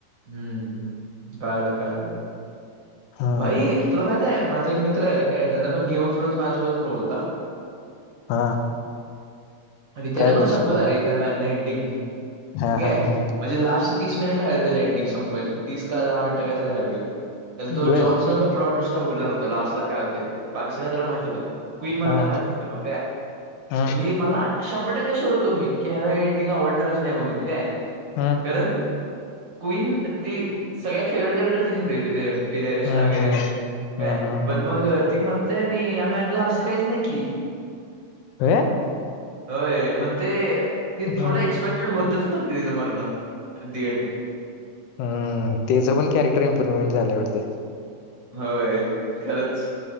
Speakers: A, on the right; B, on the left.
A: हम्म, कळाल कळाल.
B: हा
A: भाई तुला माहित आहे, माझा एक मित्र आहे काय त्यांना पण <unintelligible> माझ्या सोबतच बोल <unintelligible> <inaudible>
B: हा.
A: आणि त्यांन
B: काय रिएक्शन
A: पण संपवला
B: दिली
A: रे त्या मॅन न एंडिंग, ठीके
B: हा हा
A: म्हणजे
B: हा
A: लास्ट तीस मिनिट राहिल त्याच एंडिंग संपवायचे, तीस का दहा मिनट काही तरी राहिलेले आणि तो
B: बर
A: जॉनसन पलॉट नुस बघितला नव्हंता, लास्ट ला काय होते, बाकी सगळ त्याला माहित होतं. क्वीन मरते
B: हा
A: माहित होत त्याला काय,
B: हा
A: मी मला शंभर टक्के शुअर होतो, मी की ह्याला एंडिंग आवडणारच नाही म्हणून काय,
B: हा
A: कारण क्वीन ती सगळ्यात फेवरेट कॅरेक्टर तीच ते तिचे
B: हम्म हम्म
A: <unintelligible> काय
B: हम्म हम्म
A: पण
B: हम्म
A: मग ती मर ते नाही ह्यामॅनला असं काहीच नाही की
B: ह
A: होय मग ते ते
B: हम्म
A: थोडं एक्सपेक्टेड होत तस म्हणते तिच मरन दि एन्ड
B: हम्म त्याचं पण कॅरेक्टर इम्प्रुवमेंट झालय वाटतं
A: होय खरच